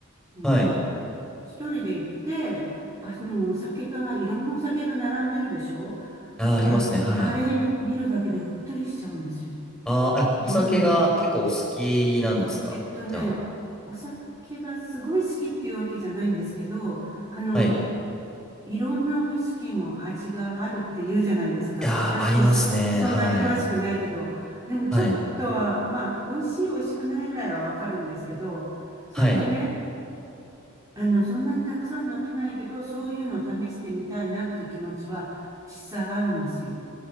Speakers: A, on the right (about 15°); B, in the centre.
A: うん。
B: はい。
A: 一人で行って、あの、お酒が、いろんなお酒が並んでるでしょ
B: あ、
A: あ、
B: ありますね。はい。
A: あれ見るだけでうっとりしちゃうんですよ。
B: ああ、え、お酒が結構お好きなんですかじゃあ。
A: うん。えっとね、お酒がすごい好きっていうわけじゃないんですけど、あの、
B: はい。い
A: いろんなウイスキーも味があるって言うじゃないですか。
B: やー、
A: 私、
B: ありますね。
A: そ、そんなに詳しくないけど、
B: はい。
A: でもちょっとは、
B: はい。
A: まあ、美味しい美味しくないぐらいはわかるんですけど、それでね、
B: はい。
A: あの、そんなにたくさん飲めないけど、そういうの試してみたいなっていう気持ちは実際あるんですよ。